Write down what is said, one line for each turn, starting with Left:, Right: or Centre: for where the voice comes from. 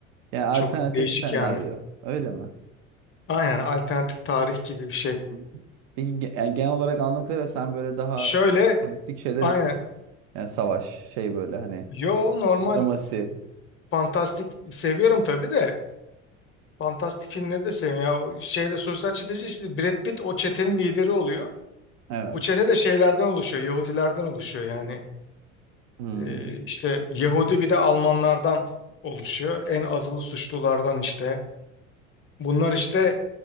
Right: Yani alternatif
Left: Çok değişik
Right: senaryo.
Left: yani.
Right: Öyle mi?
Left: Aynen alternatif tarih gibi bir şey.
Right: Hı. Peki ge- yani genel olarak anladığım kadarıyla sen böyle daha
Left: Şöyle
Right: politik şeyler
Left: aynen.
Right: istiyorsun. Yani savaş şey böyle hani
Left: Yo normal
Right: diplomasi.
Left: fantastik seviyorum tabii de fantastik filmleri de seviyorum. Ya o şeyde sosyal çeteci işte Brad Pitt o çetenin lideri oluyor.
Right: Evet.
Left: Bu çete de şeylerden oluşuyor, Yahudilerden oluşuyor yani.
Right: Hmm.
Left: Ee, işte Yahudi bir de Almanlardan oluşuyor. En azılı suçlulardan işte. Bunlar işte